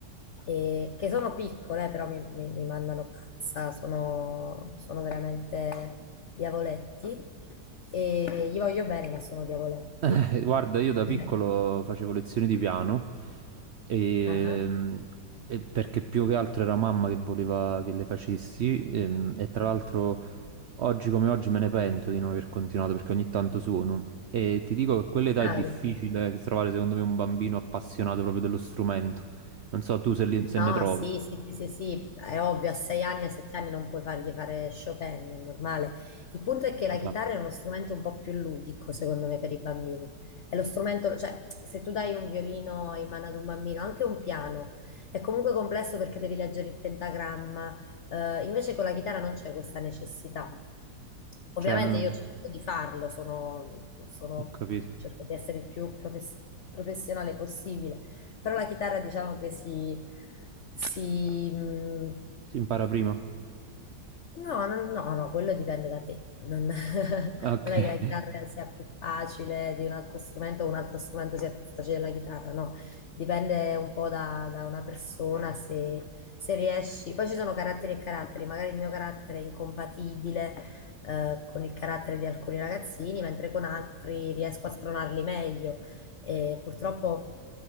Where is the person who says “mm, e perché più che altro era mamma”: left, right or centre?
Right